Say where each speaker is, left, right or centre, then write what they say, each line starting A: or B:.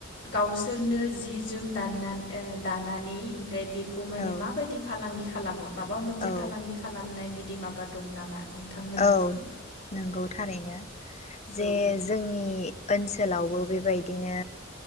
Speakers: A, on the left; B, on the left.
A: गावसो। फोरनो जि जोम। दाननानै ओ दानानै ओमफ्राय बे। खौ माने
B: औ
A: माब बायदि फालांगि खालामो माबा मोनसे
B: औ
A: फालांगि खालामनाय बि बिदि माबा दं नामा नोंथांमोननिसिम
B: औ नंगौ थारैनो जे
A: औ
B: जोंनि ओनसो सोलावबो बेबायदिनो